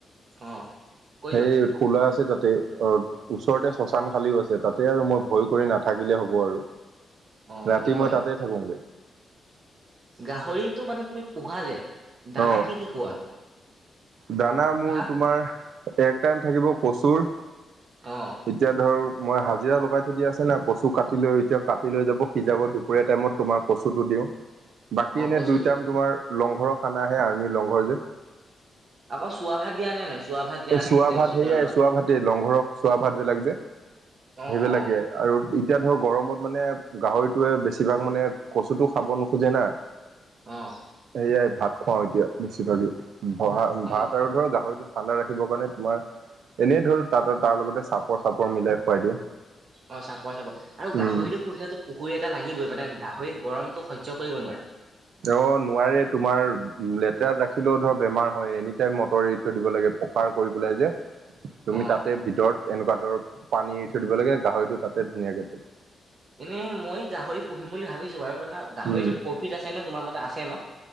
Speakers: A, on the right; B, on the right.
A: অ কৈ
B: সেই
A: যোৱা
B: খোলা আছে তাতে। অ ওচৰতে শ্মশান শালিও আছে তাতে আৰু মই ভয় কৰি নাথাকিলে হ'ব আৰু।
A: অ
B: ৰাতি
A: এইটো হয়
B: মই তাতে থাকোগে।
A: গাহৰিটো মানে তুমি পোহা যে দানা
B: অ
A: কি কি খোৱা?
B: দানা মোৰ
A: হা
B: তোমাৰ এক টাইম থাকিব কচুৰ
A: অঁ।
B: এতিয়া ধৰ মই হাজিৰা লগাই থৈ দিয়া আছে না। কচু কাটি লৈ এতিয়া কাটি লৈ যাব সিজাব দু দুপৰীয়া টাইমত তোমাৰ কচুটো দিওঁ। বাকী
A: অ
B: এনে
A: কৈছো
B: দুই
A: তো
B: টাইম তোমাৰ লংঘৰৰ খানা আহে আৰ্মিৰ লংঘৰ যে
A: আকৌ চোৱা ভাত, দিয়া নে নাই? চোৱা ভাত দিয়া
B: চোৱা
A: নে হোটেল
B: ভাত
A: চোটেলৰ
B: সেয়াই,
A: পৰা
B: চোৱা ভাতেই, লংঘৰৰ চোৱা ভাত বিলাক যে,
A: অ
B: সেইবিলাকে।
A: অ অ
B: আৰু এতিয়া ধৰক গৰমত মানে, গাহৰিটোৱে বেছিভাগ মানে, কচুটো খাব নোখোজে না। <inaudible>
A: অ।
B: হেয়াই ভাত খুৱাও এতিয়া, বেছি ভাগে। ভ-ভাত
A: অ
B: আৰু ধৰ গাহৰিটো ঠাণ্ডা ৰাখিবৰ কাৰণে তোমাৰ, এনেই ধৰ তাত, তাৰ লগতে চাপৰ-চাপৰ মিলাই খুৱাই দিওঁ।
A: অ' চাপৰ-চাপৰ আৰু গাহৰিতটো,
B: উম
A: পুহিলেতো পুখুৰী এটা লাগিবই। মানে গাহৰি, গৰমটো সহ্য কৰিব নোৱাৰে।
B: অ' নোৱাৰে। তোমাৰ লেতেৰাত ৰাখিলেও ধৰ বেমাৰ হয়, এনি টাইম, মটৰ এৰি থৈ দিব লাগে। প পাৰ কৰি পেলাই যে। তুমি
A: অ
B: তাতে ভিতৰত এনেকুৱা ধৰ, পানী এৰি থৈ দিব লাগে, গাহৰিটো তাতে ধুনীয়াকে থাকে।
A: এনেই মই গাহৰি পুহিম বুলি ভাবিছো বাৰুে। মানে, গাহৰিতো
B: উম,
A: প্ৰফিট আছে নে? তোমাৰ মতে আছে ন'।